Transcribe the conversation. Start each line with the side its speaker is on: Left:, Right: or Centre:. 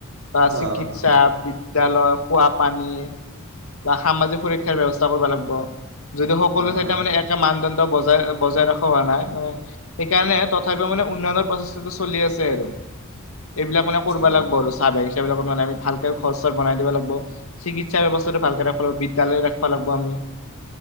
Left: বা
Right: অ',
Left: চিকিৎসা আহ, বিদ্যালয়, খোৱাপানী বা সামাজিক সুৰক্ষাৰ ব্যৱস্থা কৰিব লাগিব। যদি সকলো
Right: অ',
Left: ঠাইতে
Right: অ'।
Left: মানে একে মানদণ্ড বজাই, বজাই ৰাখ হোৱা নাই মানে সেইকাৰণে তথাপিও মানে উন্নয়নৰ প্ৰচেষ্টাটো চলি আছে আৰু। এইবিলাক মানে
Right: আচ্ছা
Left: কৰিব লাগিব আৰু চাহ বাগিচাব বিলাক মানেমি ভালকে ঘৰ-চৰ বনাই দিব লাগিব। চিকিৎসা্ৱস্থাটো ভালকে ৰাখব লাগিব, বিদ্যালয় ৰাখবা লাগিব আমি।